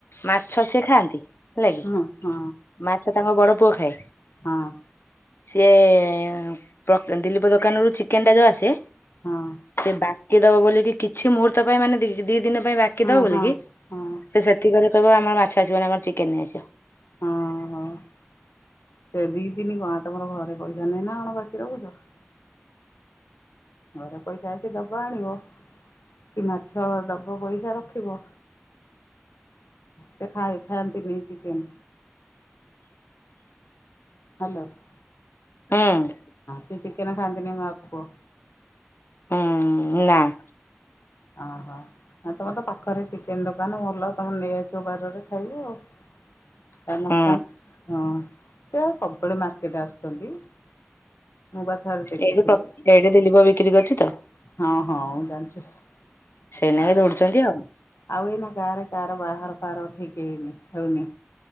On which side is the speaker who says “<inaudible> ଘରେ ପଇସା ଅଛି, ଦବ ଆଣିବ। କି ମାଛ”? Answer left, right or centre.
Left